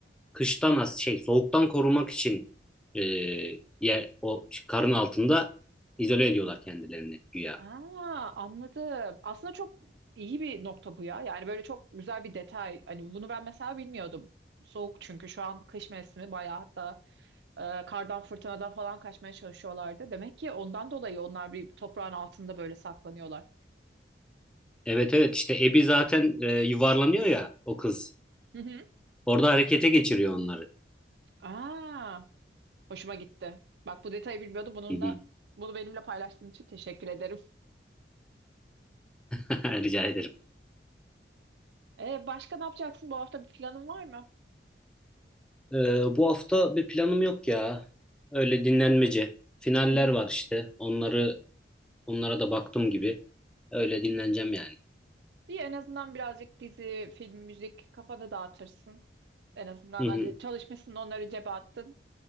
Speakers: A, in the centre; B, on the right.
A: kıştan as- şey soğuktan korumak için e, yer o karın altında izole ediyorlar kendilerini güya.
B: Aa, anladım. Aslında çok iyi bir nokta bu ya. Yani böyle çok güzel bir detay. Hani bunu ben mesela bilmiyordum. Soğuk çünkü şu an kış mevsimi bayağı hatta e, kardan fırtınadan falan kaçmaya çalışıyorlardı. Demek ki ondan dolayı onlar bir toprağın altında böyle saklanıyorlar.
A: Evet evet işte Abby zaten e, yuvarlanıyor ya o kız.
B: Hı hı.
A: Orada harekete geçiriyor onları.
B: Aa. Hoşuma gitti. Bak bu detayı bilmiyordum. Bununla
A: Hı hı.
B: bunu benimle paylaştığın için teşekkür ederim.
A: <laughs> Rica ederim.
B: Ee, başka ne yapacaksın? Bu hafta bir planın var mı?
A: E, bu hafta bir planım yok ya. Öyle dinlenmece. Finaller
B: Hı hı.
A: var işte. Onları onlara da baktım gibi. Öyle dinleneceğim yani.
B: İyi en azından birazcık dizi, film, müzik kafanı dağıtırsın. En azından
A: Hı
B: hani
A: hı.
B: çalışmışsın onları cebe attın.